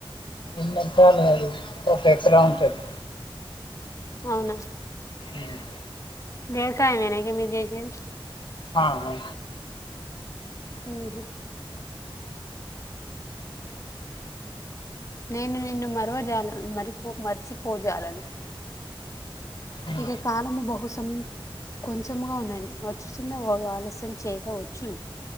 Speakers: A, on the left; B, on the left.
A: మంచిర్యాల లోనే ఒక ఎక్రా ఉంటది.
B: అవునా
A: ఉమ్,
B: వ్యవసాయం ఏన ఇక మీరు చేసెది.
A: ఆ ఆ
B: ఊహు నేను నిన్ను మరవజాలను మరి పో మర్చిపోజాలను
A: ఆ.
B: ఇక కాలము బహు సమయు కొంచెముగా ఉన్నది వచ్చుచన్న వాడు ఆలస్యం చేయకవచ్చును.